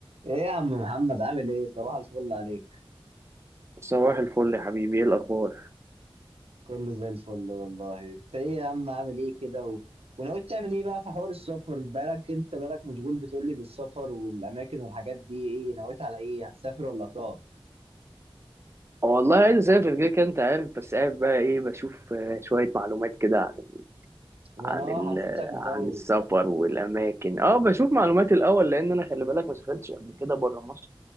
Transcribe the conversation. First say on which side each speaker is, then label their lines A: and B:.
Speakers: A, on the right; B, on the right.
A: ايه يا عم محمد عامل ايه صباح الفل عليك
B: صباح الفل يا حبيبي ايه الاخبار
A: كله زي الفل والله انت ايه يا عم عامل ايه كده و... وناوي تعمل ايه بقى في حوار السفر بالك انت بالك مشغول بتقولي بالسفر والاماكن والحاجات دي ايه نويت على ايه هتسافر ولا هتقعد
B: والله عايز اسافر كده كده انت عارف بس قاعد بقى ايه بشوف آه، شويه معلومات كده عن ال
A: ما
B: عن
A: انا اه
B: ال
A: حسيتك مطول
B: عن السفر والاماكن اه بشوف معلومات الاول لان انا خلي بالك ما سافرتش قبل كده بره مصر